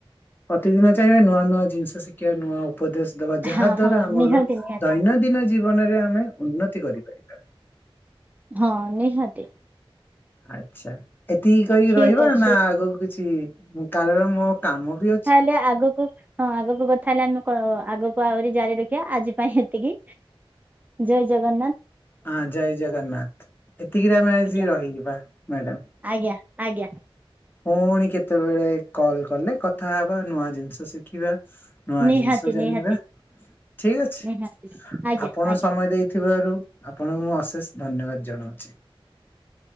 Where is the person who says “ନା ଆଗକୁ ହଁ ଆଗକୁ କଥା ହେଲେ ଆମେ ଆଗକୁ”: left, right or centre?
Right